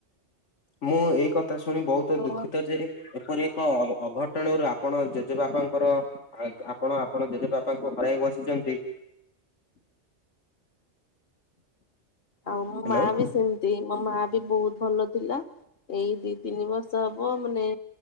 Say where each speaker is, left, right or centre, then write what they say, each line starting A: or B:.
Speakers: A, on the left; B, on the left.
A: ମୁଁ ଏଇ କଥା ଶୁଣି ବହୁତ
B: ଆଉ
A: ଦୁଃଖିତଯେ ଏପରି ଏକ ଅଘ ଅଘଟଣରୁ ଆପଣ ଜେଜେବାପାଙ୍କର ଆ ଆପଣ ଆପଣ ଜଜେ ବାପାଙ୍କୁ ହରାଇ ବସିଚନ୍ତି।
B: ଆଉ ମୋ
A: ହ୍ୟାଲୋ
B: ମାବି ସେମିତି ମୋ ମାବି ବହୁତ ଭଲ। ଥିଲା ଏଇ ଦିଇ ତିନିବର୍ଷ ହବ ମାନେ